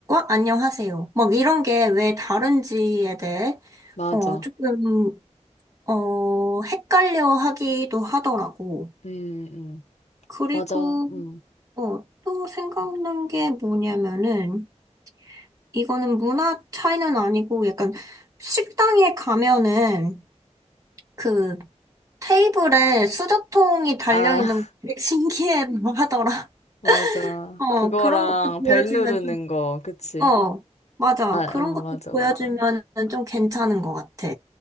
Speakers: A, on the right (about 30°); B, on the left (about 70°).
A: 안녕하세요 막 이런 게 왜 다른지에 대해
B: 맞아.
A: 어, 조금 어, 헷갈려 하기도 하더라고.
B: 응, 응.
A: 그리고
B: 맞아. 음.
A: 어, 또 생각난 게 뭐냐면은 이거는 문화 차이는 아니고 약간 식당에 가면은 그 테이블에 수저통이 달려있는
B: 아, <laughs>
A: 거 되게 신기해 하더라. <laughs>
B: 맞아.
A: 어,
B: 그거랑
A: 그런 것도 보여주면
B: 벨 누르는
A: 좀,
B: 거, 그치?
A: 어, 맞아.
B: 아,
A: 그런
B: 어,
A: 것도
B: 맞아,
A: 보여주면
B: 맞아.
A: 좀 괜찮은 것 같아.